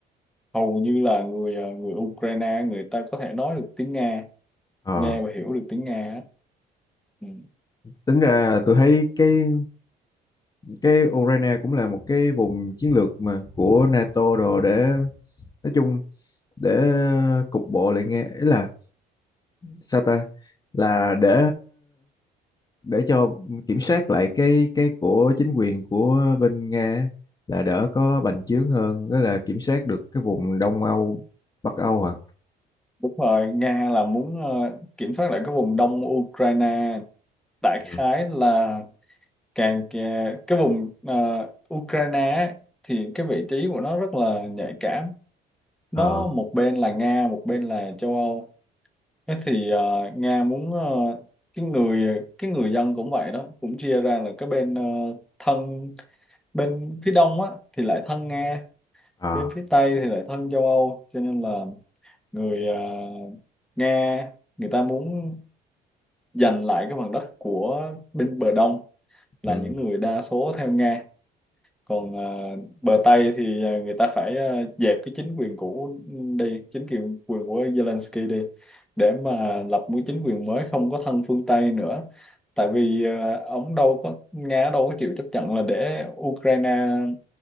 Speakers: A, in the centre; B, on the left (about 25°).
A: hầu như là người ờ, người Ukraine người ta có thể nói được tiếng Nga
B: ờ.
A: nghe và hiểu được tiếng Nga á. ừ.
B: tính ra tôi thấy cái cái Ukraine cũng là một cái vùng chiến lược mà của NATO rồi để nói chung để cục bộ lại nghe ý là sao ta là để để cho kiểm soát lại cái cái của chính quyền của bên Nga á, là đỡ có bành trướng hơn đó là kiểm soát được cái vùng Đông Âu Bắc Âu hả
A: đúng rồi Nga là muốn ờ, kiểm soát lại cái vùng đông Ukraine đại
B: ừ.
A: khái là càng kè- cái vùng ờ, Ukraine á, thì cái vị trí của nó rất là nhạy cảm nó
B: ờ
A: một bên là Nga một bên là châu Âu thế thì ờ, Nga muốn ờ, cái người cái người dân cũng vậy đó cũng chia ra là cái bên ờ, thân bên phía đông á thì lại thân Nga
B: à,
A: bên phía Tây thì lại thân châu Âu cho nên là người à, Nga người ta muốn giành lại cái phần đất của bên bờ Đông là
B: ừ.
A: những người đa số theo Nga còn
B: ừ.
A: à, bờ Tây thì à, người ta phải à, dẹp cái chính quyền cũ đi chính quyền quyền của Zelensky đi để mà lập một chính quyền mới không có thân phương Tây nữa tại vì à, ông đâu có Nga đâu có chịu chấp nhận là để Ukraine